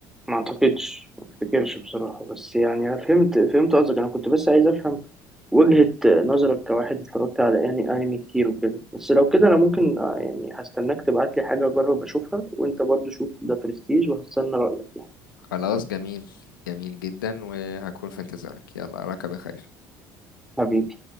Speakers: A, in the centre; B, on the left (about 80°).
A: ما اعتقدش ما افتكرش بصراحة بس يعني انا فهمت فهمت قصدك انا كنت بس عايز افهم وجهة نظرك كواحد اتفرجت على يعني انمي كتير وكده بس لو كده انا ممكن آه، يعني هستناك تبعت لي حاجة اجرب اشوفها وانت برضو شوف ده برستيج وهستنى رأيك يعني
B: خلاص جميل جميل جدا وهكون في انتظارك يلا أراك بخير
A: حبيبي